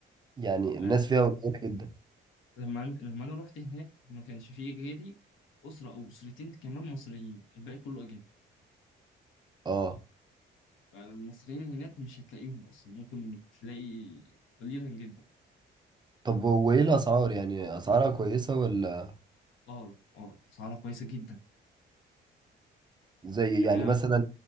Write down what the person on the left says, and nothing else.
لأن-
لما أنا- لما انا رحت هناك ما كانش فيه غيري اسره او اسرتين كمان مصريين الباقي كله اجانب
فالمصريين هناك مش هتلاقيهم اصلا ممكن تلاقي قليلا جدا
اه اه اسعارها كويسه جدا
يعني
انا